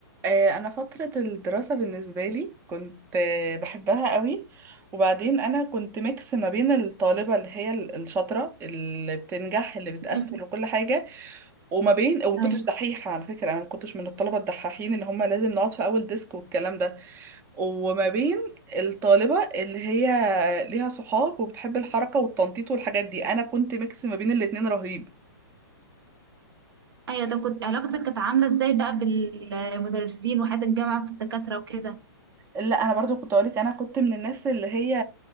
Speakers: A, on the right (about 15°); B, on the right (about 80°).
A: آه، انا فتره الدراسه بالنسبه لي كنت آه، بحبها قوي وبعدين انا كنت ميكس ما بين الطالبه اللي هي ال- الشاطره اللي بتنجح اللي بتقفل
B: مم.
A: وكل حاجه وما بين وما كنتش
B: ايوه
A: دحيحه على فكره انا ما كنتش من الطلبه الدحاحين اللي هم لازم نقعد في اول ديسك والكلام ده وما بين الطالبه اللي هي ليها صحاب وبتحب الحركه والتنطيط والحاجات دي انا كنت ميكس ما بين الاتنين رهيب
B: ايوه طب كنت علاقتك كانت عامله ازاي بقى بالمدرسين وحياه الجامعه في الدكاتره وكده
A: لا انا برضو كنت اقولك انا كنت من الناس اللي هي